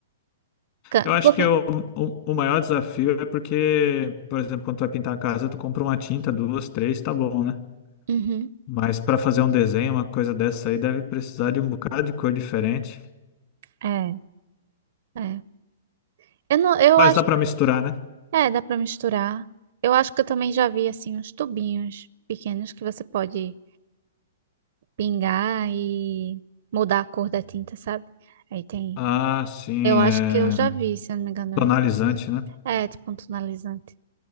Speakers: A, on the right; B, on the left.
A: can-
B: Eu acho
A: Porque...
B: que o, o, o maior desafio é porque, por exemplo, quando tu vai pintar a casa, tu compra uma tinta, duas, três, tá bom, né?
A: Uhum.
B: Mas para fazer um desenho, uma coisa dessa aí, deve precisar de um bocado de cor diferente.
A: É. É. Eu não, eu
B: Mas
A: acho,
B: dá para misturar, né?
A: é, dá pra misturar. Eu acho que eu também já vi assim uns tubinhos pequenos que você pode pingar e mudar a cor da tinta, sabe? Aí tem.
B: Ah, sim,
A: Eu acho
B: é
A: que eu já vi, se eu não me engano.
B: tonalizante, né?
A: É, tipo um tonalizante.